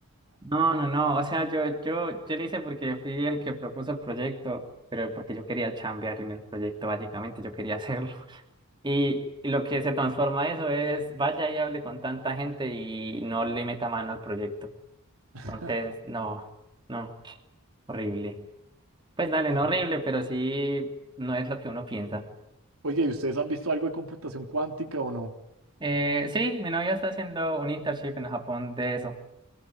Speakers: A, on the right (about 20°); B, on the right (about 80°).
A: No, no, no, o sea, yo, yo, yo lo hice porque fui el que propuso el proyecto, pero porque yo quería chambear en el proyecto, básicamente, yo quería <laughs> hacerlo. Y lo que se transforma eso es, vaya y hable con tanta gente y no le meta mano al proyecto.
B: <laughs>
A: Entonces, no, no, horrible. Pues dale,
B: No,
A: no horrible, pero sí, no es lo que uno piensa.
B: Oye, ¿y ustedes han visto algo de computación cuántica o no?
A: Eh, sí, mi novia está haciendo un internship en Japón de eso.